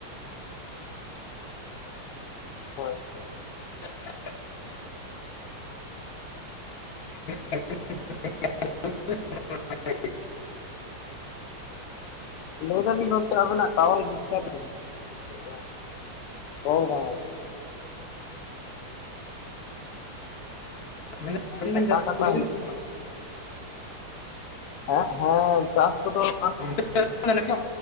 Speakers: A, on the left (about 85°); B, on the left (about 55°).
A: ᱦᱳᱭ,
B: <unintelligible> <inaudible> <inaudible>
A: ᱞᱟᱹᱭ ᱫᱟᱞᱤᱧ ᱜᱚᱝᱠᱮ ᱟᱹᱵᱤᱱᱟᱜ ᱴᱟᱣᱟᱨ ᱰᱤᱥᱴᱟᱵ <unintelligible> ᱨᱚᱲ ᱵᱟᱝ ᱟᱸᱡᱚᱢᱚᱜ
B: ᱢᱮᱱᱫᱟᱹᱧ ᱟᱵᱮᱱ
A: ᱟ
B: ᱵᱮᱱ
A: ᱠᱟᱴᱟ
B: ᱪᱟᱥ
A: ᱠᱟᱴᱟᱣ
B: ᱯᱩᱨᱟᱹᱣ
A: ᱦᱤᱡᱩᱜ ᱠᱟᱱᱟ᱾ ᱦᱮᱸ ᱦᱮᱸ ᱪᱟᱥ ᱠᱚᱫᱚ <inaudible>
B: <inaudible> ᱱᱤᱛ ᱦᱚᱸ